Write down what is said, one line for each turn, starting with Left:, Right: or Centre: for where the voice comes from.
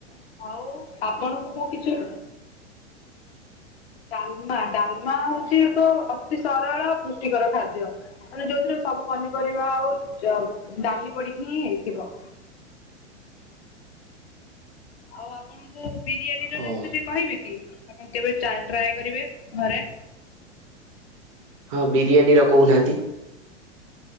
Left: ଆଉ ଆପଣଙ୍କୁ ମୁଁ କିଛି ଡାଲମା ଡାଲମା ହଉଛି ଏକ ଅତି ସରଳ ପୃଷ୍ଟିକର ଖାଦ୍ୟ। ମାନେ ଯୋଉଥିରେ ସବୁ ପନିପରିବା ଆଉ ଡାଲି ପଡିକି ହିଁ ହେଇଥିବ। ଆଉ ଆପଣଙ୍କୁ ବିରିୟାନୀ ର
Right: ହଁ
Left: ରେସିପି କହିବେ କି ଆପଣ କେବେ ଟ୍ରାଏ କରିବେ ଘରେ।
Right: ହଁ ବିରିୟାନୀର କହୁନାହାଁନ୍ତି।